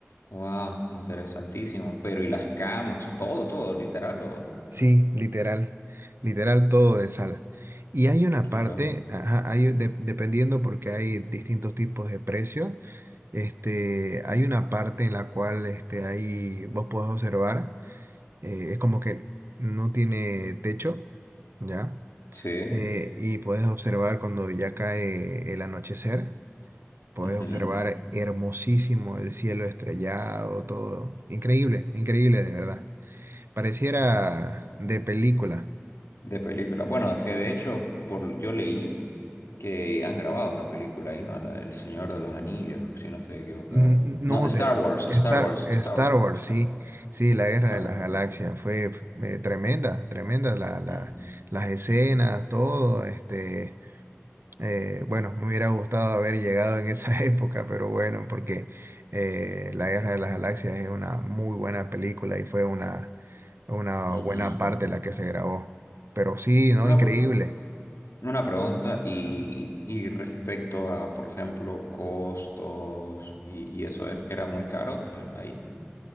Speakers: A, on the left; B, on the right.
A: wow, interesantísimo. Pero y las camas, o sea, todo, todo, literal, o
B: Sí, literal, literal todo de sal. Y hay una
A: qué
B: parte,
A: loco.
B: ajá, hay, de- dependiendo porque hay distintos tipos de precios, este, hay una parte en la cual este, ahí vos podés observar, eh, es como que no tiene techo, ¿ya?
A: Sí,
B: Eh, y podés observar cuando ya cae el anochecer, podés
A: mhm,
B: observar hermosísimo el cielo estrellado, todo. Increíble, increíble de verdad. Pareciera
A: Wow,
B: de película.
A: de película. Bueno, es que de hecho, por yo leí que han grabado una película ahí, ¿no? La- El Señor de los Anillos, si no estoy equivocado.
B: Mm, No,
A: No, Star
B: de
A: Wars,
B: Star,
A: Star Wars,
B: Star
A: Star Wars,
B: Wars,
A: Star,
B: sí, sí, la Guerra
A: Star
B: de las
A: Wars.
B: Galaxias fue eh, tremenda, tremenda, la, la-
A: Ujú,
B: las escenas, todo, este, eh, bueno, me hubiera gustado haber llegado en esa <laughs> época, pero bueno, porque eh, la Guerra de las Galaxias es una muy buena película y fue una, una
A: ujú.
B: buena parte la que se grabó, pero sí, ¿no?
A: Una,
B: Increíble.
A: pre- una pregunta y, y respecto a, por ejemplo, costos y, y eso es- era muy caro eh, ahí.